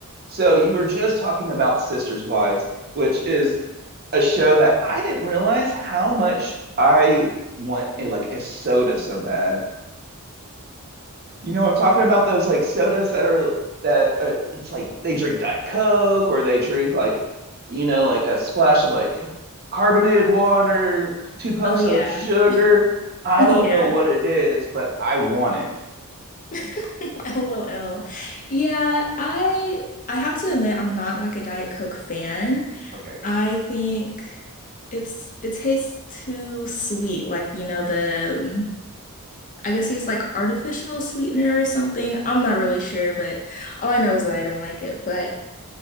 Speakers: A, on the right; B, on the left.
A: So you were just talking about Sisters Wives, which is a show that I didn't realize how much I want a like a soda so bad. You know, I'm talking about those like sodas that are that uh, it's like they drink Diet Coke or they drink like you know like a splash of like carbonated water, two pumps
B: Oh yeah.
A: of sugar.
B: <laughs>
A: I
B: Yeah.
A: don't know what it is, but I want it.
B: <laughs> LOL. Yeah, I I have to admit I'm not like a Diet Coke fan.
A: Okay.
B: I think it's it tastes too sweet, like you know the I guess it's like artificial sweetener or something. I'm not really sure, but all I know is that I don't like it. But